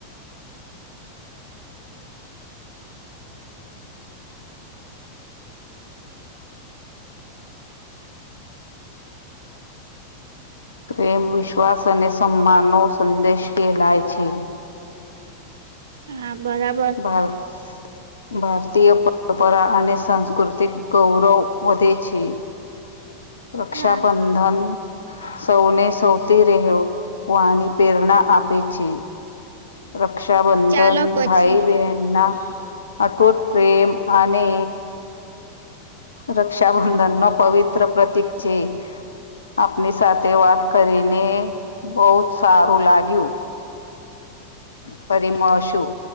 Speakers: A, on the left; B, on the right.
A: પ્રેમ વિશ્વાસ અને સન્માનનો સંદેશ કહેવાય છે.
B: હા બરાબર
A: બસ ભારતીય પરંપરા અને સાંસ્કૃતિક ગૌરવ વધે છે. રક્ષાબંધન
B: હા
A: સૌને સૌથી રહે્યોની પ્રેરણા આપે છે. રક્ષાબંધન
B: ચાલો પછી
A: ભાઈ બહેનના અટો ટ્રેમ અને રક્ષાબંધન નો પવિત્ર પ્રતીિક છે. આપની સાથે વાત કરીને બહુ જ સારું લાગ્યું. ફરીમાં શું